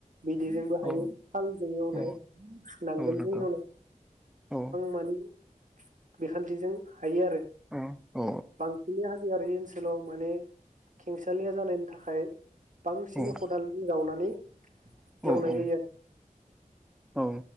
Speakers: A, on the right (about 65°); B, in the centre.
A: बिदैजोंबो हायो
B: औ
A: हालजों एवनाय
B: औ
A: नांगोलजों
B: औ नंगौ
A: एवनाय
B: औ
A: माने बिखान्थिजों हायो आरो
B: औ औ
A: बांसिन हाजोआरि ओनसोलाव माने खेंसालिया जानायनि थाखाय बांसिन
B: औ
A: खदालजों जावनानै
B: औ
A: एवनाय
B: औ
A: जायो
B: औ